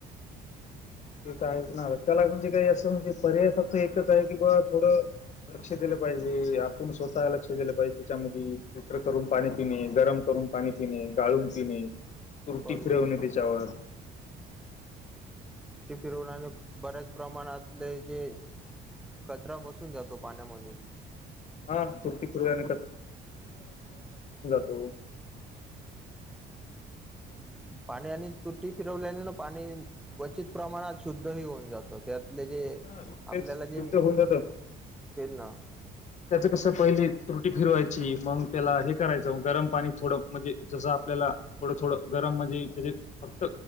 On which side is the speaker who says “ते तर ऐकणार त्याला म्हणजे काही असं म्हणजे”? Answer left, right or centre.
Left